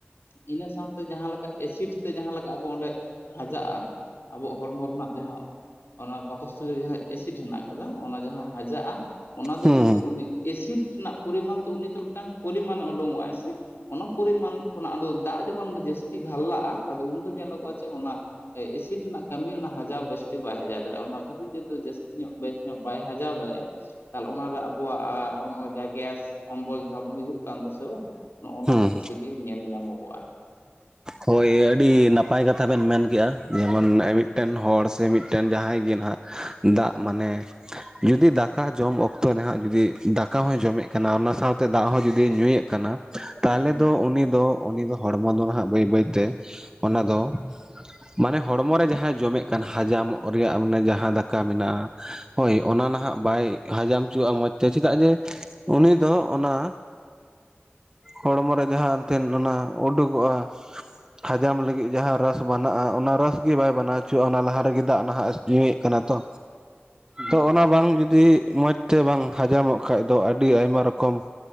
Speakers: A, on the left; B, on the right.
A: ᱤᱱᱟᱹ ᱥᱟᱶᱛᱮ ᱡᱟᱦᱟ ᱞᱮᱠᱟ ᱮᱥᱤᱰ ᱛᱮ ᱡᱟᱦᱟᱸ ᱞᱮᱠᱟ ᱟᱵᱚ ᱚᱸᱰᱮ ᱦᱟᱡᱟᱜ-ᱟ ᱟᱵᱚᱣᱟᱜ ᱦᱚᱲᱢᱚ ᱨᱮᱱᱟᱜ ᱡᱟᱦᱟᱸ ᱚᱱᱟ ᱯᱟᱠᱚᱥᱛᱷᱚᱞᱤ ᱨᱮ ᱡᱟᱦᱟᱸ ᱮᱥᱤᱰ ᱦᱮᱱᱟᱜ ᱟᱠᱟᱫᱟ ᱚᱱᱟ ᱡᱟᱦᱟᱸ ᱦᱟᱡᱟᱜ-ᱟ ᱚᱱᱟ ᱫᱚ
B: ᱦᱩᱸ
A: ᱠᱤᱱᱛᱩ ᱩᱱᱤ ᱮᱥᱤᱰ ᱨᱮᱱᱟᱜ ᱯᱚᱨᱤᱢᱟᱱ ᱫᱚ ᱩᱱᱤ ᱫᱚ ᱢᱤᱫᱴᱟᱝ ᱯᱚᱨᱤᱢᱟᱱᱮ ᱩᱰᱩᱸᱠᱚᱜᱟᱭ ᱥᱮ ᱚᱱᱟ ᱯᱚᱨᱤᱢᱟᱱ ᱠᱷᱚᱱᱟᱜ ᱟᱫᱚ ᱫᱟᱜ ᱡᱚᱠᱷᱚᱱ ᱡᱟᱹᱥᱛᱤ ᱜᱷᱟᱞᱞᱟᱜ-ᱟ ᱟᱫᱚ ᱩᱱ ᱨᱮᱜᱮ <unintelligible> ᱪᱮ ᱚᱱᱟ ᱮᱥᱤᱰ ᱨᱮᱱᱟᱜ ᱠᱟᱹᱢᱤ ᱚᱱᱟ ᱦᱟᱡᱟᱣ ᱵᱮᱥ ᱡᱟᱹᱥᱛ ᱵᱟᱭ ᱦᱟᱡᱟᱣ ᱫᱟᱲᱮᱭᱟᱜ-ᱟ ᱚᱱᱟ ᱡᱩᱫᱤ ᱡᱟᱹᱥᱛᱤ ᱧᱚᱜ ᱵᱮᱥ ᱧᱚᱜ ᱵᱟᱭ ᱦᱟᱡᱟᱣ ᱫᱟᱲᱮᱭᱟᱜ-ᱟ ᱛᱟᱦᱚᱞᱮ ᱚᱱᱟᱨᱮ ᱟᱵᱚᱣᱟᱜ ᱱᱚᱜ ᱜᱮᱥ ᱚᱢᱵᱚᱞ ᱡᱟᱦᱟᱸ ᱵᱚᱱ ᱦᱤᱡᱩᱜ ᱠᱟᱱ ᱫᱮᱥᱮ ᱵᱚᱝ ᱱᱚᱜ-ᱚ
B: ᱦᱩᱸ
A: ᱱᱟ ᱵᱮᱥᱤ ᱜᱮ ᱧᱮᱞ ᱧᱟᱢᱚᱜ-ᱟ
B: ᱦᱳᱭ ᱟᱹᱰᱤ ᱱᱟᱯᱟᱭ ᱱᱟᱯᱟᱭ ᱠᱟᱛᱷᱟ ᱵᱮᱱ ᱢᱮᱱᱠᱮᱜ-ᱟ ᱡᱮᱢᱚᱱ ᱢᱤᱫᱴᱮᱱ ᱦᱚᱲ ᱥᱮ ᱢᱤᱫᱴᱮᱱ ᱡᱟᱦᱟᱭ ᱜᱮ ᱱᱟᱦᱟᱜ ᱫᱟᱜ
A: ᱦᱩᱸ
B: ᱢᱟᱱᱮ ᱡᱩᱫᱤ ᱫᱟᱠᱟ ᱡᱚᱢ ᱚᱠᱛᱚ ᱨᱮᱦᱟᱜ ᱡᱩᱫᱤ ᱫᱟᱠᱟ ᱦᱚᱭ ᱡᱚᱢᱮᱫ ᱠᱟᱱᱟ ᱚᱱᱟ ᱥᱟᱶᱛᱮ ᱫᱟᱜ ᱦᱚᱸ ᱡᱩᱫᱤ ᱧᱩᱭᱮᱫ ᱠᱟᱱᱟ ᱛᱟᱦᱚᱞᱮ
A: ᱦᱩᱸ
B: ᱫᱚ ᱩᱱᱤ ᱫᱚ ᱩᱱᱤ ᱫᱚ ᱦᱚᱲᱢᱚ ᱫᱚ ᱱᱟᱦᱟᱜ ᱵᱟᱹᱭ ᱵᱟᱹᱭ ᱛᱮ ᱚᱱᱟ ᱫᱚ ᱢᱟᱱᱮ ᱦᱚᱲᱢᱚ ᱨᱮ ᱡᱟᱦᱟᱭ ᱡᱚᱢᱮᱫ ᱠᱟᱱ ᱦᱟᱡᱟᱢᱚᱜ ᱨᱮᱭᱟᱜ ᱢᱟᱱᱮ ᱡᱟᱦᱟᱸ ᱫᱟᱠᱟ ᱢᱮᱱᱟᱜ-ᱟ ᱦᱳᱭ
A: ᱦᱩᱸ
B: ᱚᱱᱟ ᱱᱟᱦᱟᱜ ᱵᱟᱭ ᱦᱟᱡᱟᱢ ᱦᱚᱪᱚᱣᱟᱜ-ᱟ ᱢᱚᱡᱽ ᱛᱮ ᱪᱮᱫᱟᱜ ᱡᱮ ᱩᱱᱤ ᱫᱚ ᱚᱱᱟ ᱦᱚᱲᱢᱚ ᱨᱮ ᱡᱟᱦᱟᱸ ᱮᱱᱛᱮᱱ ᱚᱱᱟ ᱩᱰᱩᱠᱚᱜ-ᱟ ᱦᱟᱡᱚᱢ ᱞᱟᱹᱜᱤᱫ ᱡᱟᱦᱟᱸ ᱨᱟᱥ ᱵᱮᱱᱟᱜ-ᱟ ᱚᱱᱟ ᱨᱟᱥᱜᱤ ᱵᱟᱭ ᱵᱮᱱᱟᱣ ᱦᱚᱪᱚᱜᱣᱟᱜ-ᱟ ᱚᱱᱟ ᱞᱟᱦᱟ ᱨᱮᱜᱮ ᱫᱟᱜ ᱱᱟᱦᱟᱜ ᱧᱩᱭᱮᱫ ᱠᱟᱱᱟ ᱛᱚ
A: ᱦᱩᱸ
B: ᱛᱚ ᱚᱱᱟ ᱵᱟᱝ ᱡᱩᱫᱤ ᱡᱩᱫᱤ ᱢᱚᱡᱽ ᱛᱮ ᱵᱟᱝ ᱦᱚᱡᱟᱢᱚᱜ ᱠᱷᱟᱱᱡ ᱫᱚ ᱟᱹᱰᱤ ᱟᱭᱢᱟ ᱨᱚᱠᱚᱢ